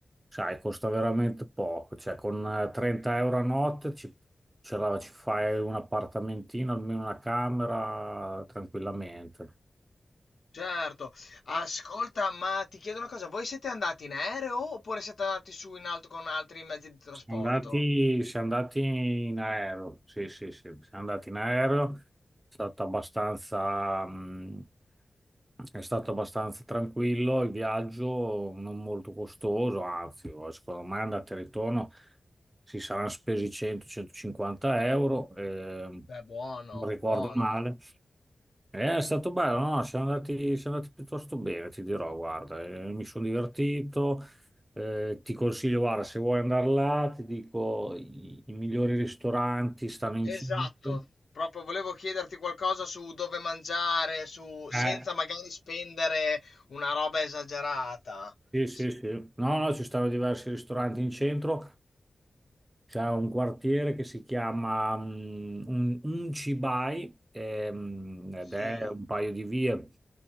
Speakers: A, on the right; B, on the left.
A: sai, costa veramente poco. Cioè, con eh, 30 euro a notte ci, ce la- ci fai un appartamentino, almeno una camera, tranquillamente.
B: Certo. Ascolta, ma ti chiedo una cosa, voi siete andati in aereo oppure siete andati su in alto con altri mezzi di trasporto?
A: Siamo andati, siamo andati in aereo, sì, sì, sì, siamo andati in aereo, è stato abbastanza, mh, è stato abbastanza tranquillo il viaggio, non molto costoso, anzi, secondo me andata e ritorno si saranno spesi 100-150 euro, eh,
B: Beh, buono,
A: non ricordo
B: buono.
A: male. Eh, È stato bello, no? Siamo andati, siamo andati piuttosto bene, ti dirò, guarda, eh, mi sono divertito, eh, ti consiglio, guarda, se vuoi andare là, ti dico, i, i migliori ristoranti stanno in
B: Esatto,
A: centro.
B: proprio volevo chiederti qualcosa su dove mangiare, su... senza
A: Eh,
B: magari spendere una roba esagerata.
A: sì, sì,
B: S-
A: sì. No, no, ci stanno diversi ristoranti in centro C'è un quartiere che si chiama mm, Un- Uncibai ehm, ed
B: sì,
A: è un paio di vie